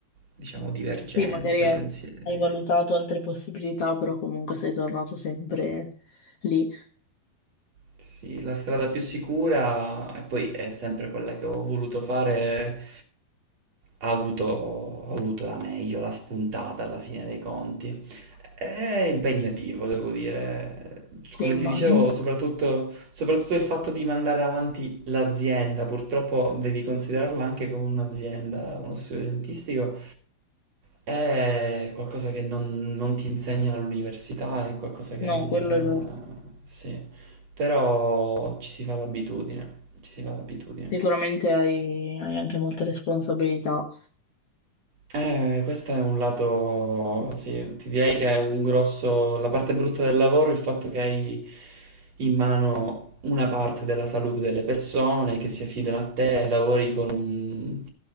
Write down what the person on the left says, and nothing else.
sì, magari eh,
hai valutato altre possibilità, però comunque sei tornato sempre lì.
Sì, immagino.
No,
quello
è vero.
Sicuramente hai, hai anche molte responsabilità.